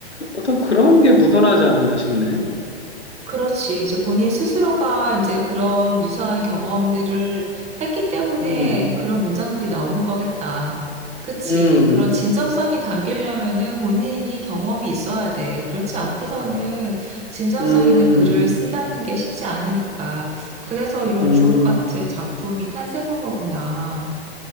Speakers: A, on the left (about 85°); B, on the right (about 20°).
A: 어떤 그런 게 묻어나지 않았나 싶네.
B: 그렇지. 이제 본인 스스로가 이제 그런 유사한 경험들을 했기 때문에
A: 음,
B: 그런 문장들이 나오는 거겠다. 그치.
A: 음,
B: 그런 진정성이 담기려면은 본인이 경험이 있어야 돼. 그렇지 않고서는 진정성
A: 음,
B: 있는 글을 쓴다는 게 쉽지 않으니까. 그래서 이런
A: 음,
B: 주옥 같은 작품이 탄생한 거구나.